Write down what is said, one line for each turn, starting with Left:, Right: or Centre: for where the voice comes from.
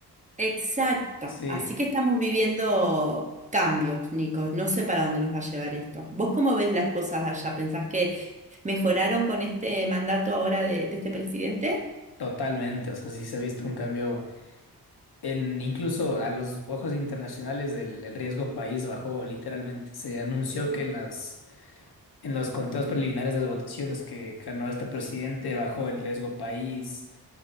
Right: Exacto.
Left: Sí,
Right: Así que estamos viviendo cambios, Nicos. No sé para dónde nos va a llevar esto. ¿Vos cómo ves las cosas allá? ¿Pensás que mejoraron con este mandato ahora de, de este presidente?
Left: totalmente. O sea, sí se ha visto un cambio en incluso a los ojos internacionales el, el riesgo país bajó literalmente. Se anunció que en las en los conteos preliminares de las votaciones que ganó este presidente bajó el riesgo país